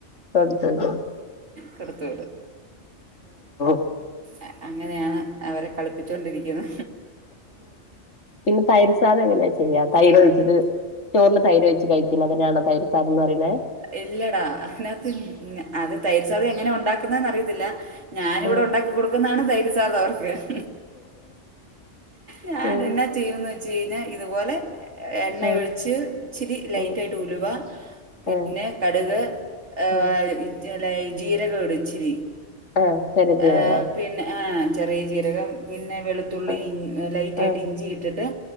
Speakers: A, on the left; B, on the right.
A: കൊടുത്തിടും
B: കൊടുത്തു
A: <unintelligible>
B: അ അങ്ങനെയാണ് അവരെ കളിപ്പിച്ചൊണ്ടിരിക്കുന്ന
A: പിന്നെ തൈര് സാധം എങ്ങനെയാ ചെയ്യാ തൈര് ഒഴിച്ചത് ചോറില് തൈരൊഴി ച്ച് കഴിക്കുന്നതിനെയാണോ തൈര് സാധം എന്ന് പറയ്ണേ
B: ഇല്ലടാ അതിനകത്ത് ഇല്ല അത് തൈര് സാധം എങ്ങനെ ഉണ്ടാക്കുന്നെന്ന് അറിയത്തില്ല ഞാന് ഇവടെ
A: ആഹ്
B: ഉണ്ടാക്കി കൊടുക്കുന്നതാണ് തൈര് സാധവൊക്കെ <inaudible> ഞാനെന്നാ
A: ഉം
B: ചെയ്യൂന്ന് ചീഞ്ഞാ ഇത് പോലെ എണ്ണ
A: ഉം
B: ഒഴിച്ച് ഇച്ചിരി ലൈറ്റായിട്ട്
A: ഉം
B: ഉലുവ
A: ആഹ്
B: പിന്നെ കട്ക് ഏഹ്
A: ആഹ്
B: ഇ ലൈ ജീരകം ഇടും ഇിച്ചിരി
A: ആഹ് ചെറുജീരകോ
B: ഏഹ് പിന്നെ ആഹ് ചെറിയ ജീരകം പിന്നെ വെളു ത്തുള്ളി
A: ആഹ്
B: ലൈറ്റായിട്ട്
A: ആഹ്
B: ഇഞ്ചി ഇട്ടിട്ട്